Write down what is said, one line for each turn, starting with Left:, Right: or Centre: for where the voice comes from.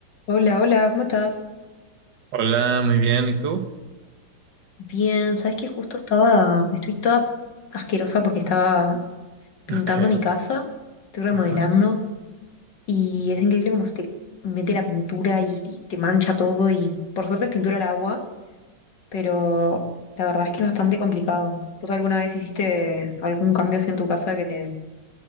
Left: Hola, hola, ¿cómo estás?
Right: Hola, muy bien, ¿y tú?
Left: Bien, sabes que justo estaba, estoy toda asquerosa porque estaba
Right: <laughs>
Left: pintando
Right: Ok,
Left: mi casa, estoy remodelando
Right: ajá.
Left: y es increíble cómo se te mete la pintura y, y te mancha todo y por suerte es pintura al agua, pero la verdad es que es bastante complicado. ¿Vos alguna vez hiciste algún cambio así en tu casa que te